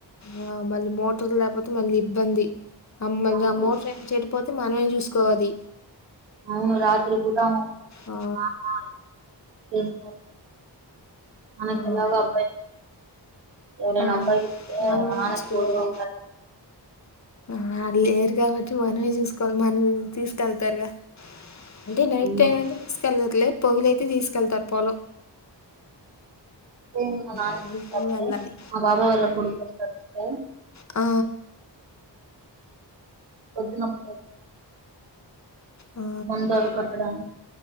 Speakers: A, on the left (about 40°); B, on the right (about 70°).
A: ఆ మళ్ళీ మోటర్ లేకపోతే మళ్ళీ ఇబ్బంది మళ్ళీ
B: అవును
A: ఆ మోటర్ ఏం చెడి పోతే మనమే చూసుకోవాలి
B: అవును రాత్రి పూట మా
A: ఆ
B: నాన్న చేస్తూ మనకు
A: ఆ
B: ఎలాగు అబ్బాయ్ ఎవరైనా
A: ఆ
B: అబ్బాయిలుంటే
A: మనమే
B: మా నానకి
A: చూసుకోవాలి
B: తోడుగా ఉంటారు
A: ఆ లేరు కాబట్టి మనమే చూసుకోవాలి మనదు తీసుకెళ్తారుగా అంటే నైట్
B: మా
A: టైం అంటే తీసుకెళ్లర్లే పొగల తె తీసుకెళ్తారు పోలం
B: సెమ్ మా నాన్న
A: పొగిలి టైం వెళ్ళాలి
B: మా బాబాయ్ వాళ్ళ కొడుకస్తాడు తె
A: ఆ
B: పొదునప్పుట
A: ఆ
B: మందు అవి కొట్టడానికి